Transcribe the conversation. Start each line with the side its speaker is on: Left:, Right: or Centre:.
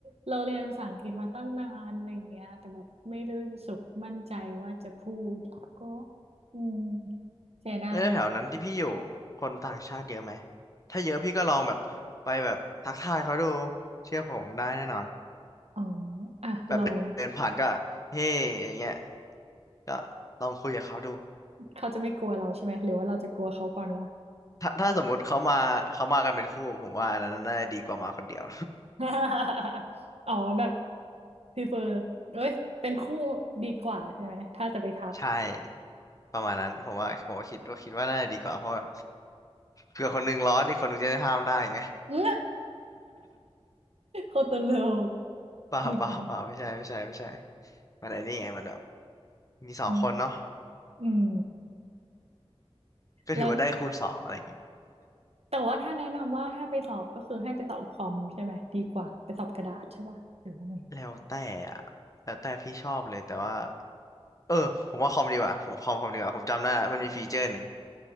Right: เราเรียนภาษาอังกฤษมาตั้งนานอะไรอย่างเงี้ยแต่แบบไม่ได้รู้สึกมั่นใจว่าจะพูดก็อืมเสียดาย
Left: เอ้ยแล้วแถวนั้นที่พี่อยู่คนต่างชาติเยอะไหมถ้าเยอะพี่ก็ลองแบบไปแบบทักทายเขาดูเชื่อผมได้แน่นอน
Right: อ๋ออ่ะลอง
Left: แบบเดินผ่านก็เฮ้อย่างเงี้ยก็ลองคุยกับเขาดู
Right: เขาจะไม่กลัวเราใช่ไหม หรือว่าเราจะกลัวเขาก่อนวะ
Left: ถ้าถ้าสมมุติเขามาเขามากันเป็นคู่ผมว่าอันนั้นน่าจะดีกว่ามาคนเดียว
Right: <laughs> อ๋อแบบพรีเฟอร์เอ้ยเป็นคู่ดีกว่าใช่ไหมถ้าจะไปทัก
Left: ใช่ประมาณนั้นผมว่าผมว่าคิดว่าคิดว่าน่าจะดีกว่าเพราะว่าเผื่อคนหนึงร้อนอีกคนหนึงจะได้ห้ามได้ไง <laughs>
Right: <laughs> เอ้ยโคตรโลก
Left: เปล่าเปล่าเปล่าไม่ใช่ไม่ใช่ไม่ใช่
Right: มีกัน
Left: มันไอ้นี่ไงมันแบบมีสองคนเนาะ
Right: อืมอืม
Left: ก็ถือว่าได้คูณสองอะไรอย่างงี้
Right: แล้วแต่ว่าถ้าแนะนำว่าถ้าไปสอบก็คือให้ไปสอบคอมใช่ไหมดีกว่าไปสอบกระดาษใช่ป่ะหรือว่าไง
Left: <laughs> แล้วแต่อะแล้วแต่พี่ชอบเลยแต่ว่าเออผมว่าคอมดีกว่าผมคอมคอมดีกว่าผมจำได้ละมันมีฟีเจอร์หนึ่ง